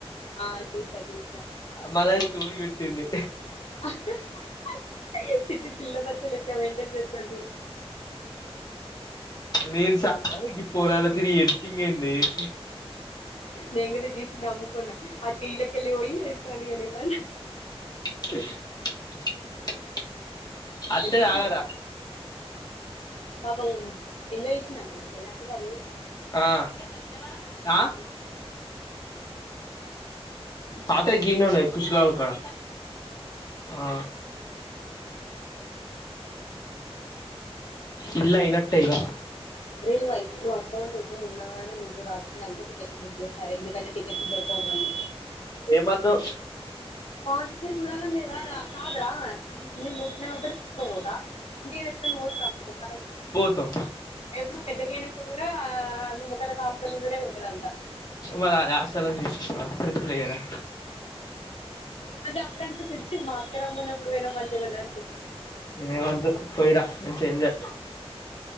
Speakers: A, on the left; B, on the left.
A: ఆ చూసా చూసా
B: మళ్ళ స్టోరీ పెట్టింది
A: <unintelligible> పిల్ల బచ్చ లెక్క మెయింటైన్ చేస్తాను
B: నేను షాక్ అయినా పోరాగాలతోని ఎడిటింగ్ ఏది అన్ని <unintelligible>
A: నీను చూసి నవ్వుకూన ఆ టి లాకెలి పోయి కాడిగనలడి
B: అ <unintelligible> అత్తది
A: నేను చూసిన
B: ఆగార
A: పాపం ఎంజాయ్ చేసిందంటన చెల్లి అప్పుడు ఆ రోజు
B: ఆ
A: అవునా
B: పాతయి గీనే ఉన్నాయి కుష్లాలవం కాడ ఆ ఇల్లు అయినాటే ఇగ
A: రే నువ్వయ వస్తావుంటే చెప్పు మున్నాగాడు నువ్వు రాసిరానుకో టిక్ టికెట్లు బుక్ చేస్తారు ఎందుకుంటే టికెట్లు దో దొరకవు మళ్ళీ
B: ఎం వద్దు
A: పవన్ పిచర్ చూడాలని లేదారా కాదురా నేను పోతున్నా కాబట్టి పోత మీరు ఎప్పుడన పోతారా అలాగే
B: పోతాం
A: ఎప్పుడు పెద్దగా అయినాక కూడా ఆ మిమొఖంలకు హాస్టల్ ఉండుడే ఉంటది అంతా
B: మరి హాస్టల్ నుండి ట్రిప్ లు వేయరా
A: కొంచెం అప్పుడు అనిపిస్తుంది మా అక్క రామానపుడు పోయిన మంచిగావుండు అన్ని
B: ఎం వద్దు పోయిరా చెజ <unintelligible>